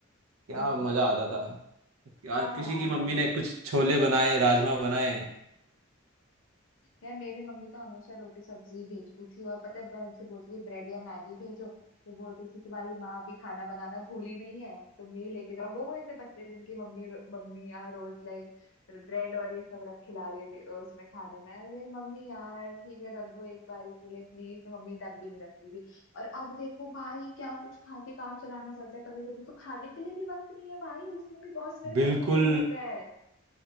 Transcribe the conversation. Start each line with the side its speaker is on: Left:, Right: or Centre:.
Right: क्या
Left: हम्म
Right: मजा आता था क्या
Left: हाँ यार
Right: किसी की मम्मी ने कुछ छोले बनाए राजमा बनाए
Left: यार मेरी मम्मी तो हमेशा रोटी सब्जी भेजती थी और पता है मैं उनसे बोलती थी ब्रेड या मैगी भेजो तो बोलती थी तुम्हारी माँ अभी खाना बनाना भूली नहीं है तुम यही लेके जाओ वो वैसे बच्चे जिनकी मम्मी रो- मम्मी यहाँ रोज लाइक ब्रेड और ये सब रख खिला रही है टे- उसमें खाने में अरे मम्मी यार ठीक है रख दो एक बारी के लिए प्लीज तो मम्मी तब भी नहीं रखती थी और अब देखो भाई क्या कुछ खा के काम चलाना पड़ता है कभी कभी तो खाने के लिए भी वक्त नहीं है भाई उसमें भी बॉस मेरे सर
Right: बिल्कुल
Left: पे चढ़ा रहता है